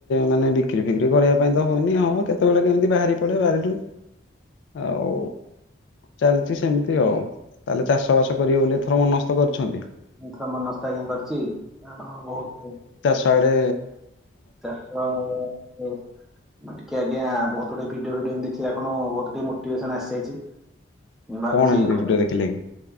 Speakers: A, on the left (about 75°); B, in the centre.
A: ମାନେ ବିକ୍ରି ଫିକ୍ରି କରିବା ପାଇଁ ତ ହୁଏନି ହଁ କେତେ କେତେବେଳେ କେମିତି ବାହାରି ପଡେ ବାରିରୁ। ଆଉ ଚାଲିଛି ସେମିତି ଆଉ ତାହେଲେ ଚାଷ ବାସ କରିବେ ବୋଲି ଏଥର ମନସ୍ଥ କରିଛନ୍ତି?
B: ମୁଁ ଏଥର ମନସ୍ଥ ଆଜ୍ଞା କରିଛି କାରଣ ବହୁତ
A: ସିଆଡେ
B: ଚାଷ <unintelligible> ମୁଁ ଟିକେ ଆଜ୍ଞା ବହୁତ ଗୁଟେ ଭଡିଓ ଫିଡିଓ ମୂଁ ଦେଖିଲା ଖିଣୁ ବହୁତଟିକେ ମୋଟିଭେସନ ଆସିଯାଇଛି। ମୁଁ ଭାବୁଛି
A: କଣ ଏମିତି
B: ଘରେ
A: ଭିଡିଓ ଦେଖିଲେ କି?